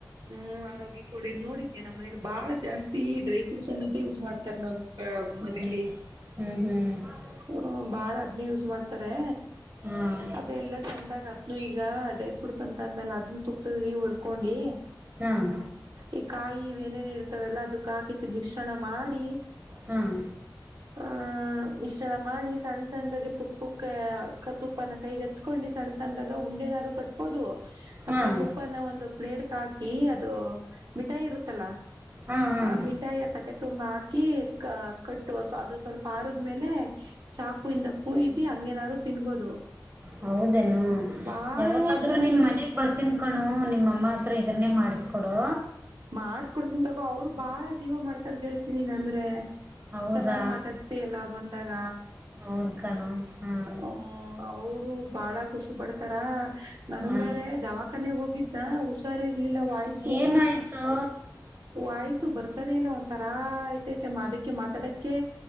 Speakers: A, on the right (about 65°); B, on the right (about 30°).
A: ಹ್ಮ್ ಆರೋಗ್ಯಕೊಳ್ಳೆ ನೋಡಿದ್ಯಾ ನಮ್ ಮನೇಲು ಬಾಳ ಜಾಸ್ತಿ ಈ ಡ್ರೈಫ್ರೂಟ್ಸ್ ಅನ್ನೋದು ಯೂಸ್ ಮಾಡ್ ತನ್ನು ಅ
B: ಹ್ಞೂ
A: ಮಡಿಲಿ
B: ಹ್ಞೂ ಹ್ಞೂ
A: ಹ ಬಾಳ ಅದನಿ ಯೂಸ್ ಮಾಡ್ತಾರೆ
B: ಹಾಂ
A: ಅದೆೇಲ್ಲ ಚಂದಾಗ ಆದ್ನು ಈಗ ಅದೇ ಫುಡ್ಸ್ಂತ ಅಂದಲ್ಲ ಅದನ್ನ ತುಪ್ತಿ ಉರ್ಕೊಂಡಿ
B: ಹಾಂ
A: ಈ ಕಾಯಿ ಏನೇನು ಇರ್ತವೆಲ್ಲ ಅದಕ್ಕ ಹಾಕಿ ಮಿಶ್ರಣ ಮಾಡಿ
B: ಹಾಂ
A: ಆ ಇಷ್ಟೆಲ್ಲ ಮಾಡಿ ಸಣ್ಣ ಸಣ್ಣದಾಗ ತುಪ್ಪ ತುಪ್ಪನ ಕೈಗೆ ಹಚ್ಕೊಂಡಿ ಸಣ್ಣ ಸಣ್ಣದಾಗ ಉಂಡೆನಾರು ಕಟ್ಬೋದು
B: ಹಾಂ ಹಾಂ
A: ಅಥವಾ ತುಪ್ಪನ ಒಂದು ಪ್ಲೇಟ್ ಹಾಕಿ ಅದು ಮಿಠಾಯಿ ಇರುತ್ತಲ್ಲ
B: ಹಾಂ ಹಾಂ
A: ಆ ಮಿಠಾಯಿಯ ತಟ್ಟೆ ತುಂಬಾ ಹಾಕಿ ಅ ಕಟ್ಟುವ ಅದು ಸ್ವಲ್ಪ ಆಾರ ಆೇಲೆ ಚಾಕು ಇಿಂದ ಕೂ್ದಿ ಹಂಗೇನಾದ್ರು ತಿನ್ಬೋದು
B: ಹೌದೇನು
A: ಬಾಳ
B: ಯಾವಾಗಾದ್ರೂ
A: ಚೆನ್ನಾಗಿರುತ್ತೆ
B: ನಿಮ್ ಮನಯಗ್ ಬರ್ತನ್ ಕಕ್ಕೊಂಡು ನಿಮ್ಮಮ್ಮ ಹತ್ರ ಇದನ್ನೇ ಮಾಡಿಸ್ಕೊಡು
A: ಮಾಡಸ್ಕೊಡ್ತನ್ ತಗೋ ಅವ್ರು ಬಾಳ ಜೀವ ಮಾಡ್ತಾರ್ ಹೇಳ್ತೀನಿನ್ ಅಂದ್ರೆ
B: ಹೌದಾ
A: ಚೆನ್ನಾಗ್ ಮಾತಾಡ್ಸ್ತಿಯಲ್ಲ ಬಂದಾಗ
B: ಹೌದು ಕಣೋ ಹಾಂ
A: ಹ ಬಾಳ ಖುಷಿಪಡ್ತಾರ ನನ್ಂಗ
B: ಹಾಂ
A: ಬೇರೆ ದವಾಖಾನೆ ಹೋಗಿದ ಹಾ ಹುಷಾರ ಇಲ್ಲಿಲ್ಲ ವಾಯ್ಸು
B: ಏನಾಯಿತು
A: ವಾಯ್ಸು ಬರ್ತಾನೆ ಇಲ್ಲ ಒಂಥರಾ ಆಯ್ತಯ್ತ ಮಾ ಅದಕ್ಕೆ ಮಾತ್ರ ತಡಕ್ಕೆ